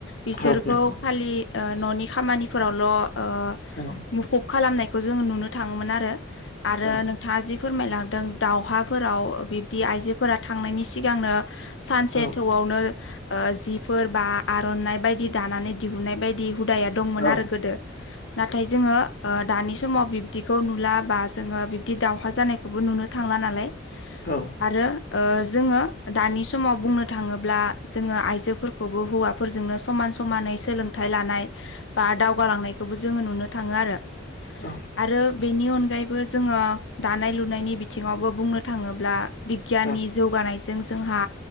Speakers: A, on the left (about 70°); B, on the left (about 50°).
A: बिसोरखौ
B: औ नंगौ
A: खालि ओ न'नि खामानिफोरावल' ओ
B: औ
A: मुखुब खालामनायखौ जोंङो नुनो थाङोमोन आरो आरो
B: औ
A: नोंथाङा जि फोरमायलांदों दावहाफोराव बिब्दि आइजोफोरा थांनायनि सिगांनो सानसे
B: औ
A: थौवावनो ओ जिफोर बा आर'नाय बायदि दानानै दिहुनाय बायदि हुदाया दंमोन
B: औ
A: आरो गोदो नाथाय जोङो ओ दानि समाव बिब्दिखौ नुला बा जोङो बिब्दि दावहा जानायखौबो नुनो थांला नालाय।
B: औ
A: आरो ओ जोङो दानि समाव बुंनो थाङोब्ला जोङो आइजोफोर खौबो हौवाफोरजोंनो समान समानै सोलोंथाइ लानाय बा दावगालांनायखोबो जोङो नुनो थाङो आरो
B: औ
A: आरो बेनि अनगायैबो जोङो दानाय लुनायनि बिथिङावबो बुंनो थाङोब्ला बिगियाननि
B: औ
A: जौगानायजों जोंहा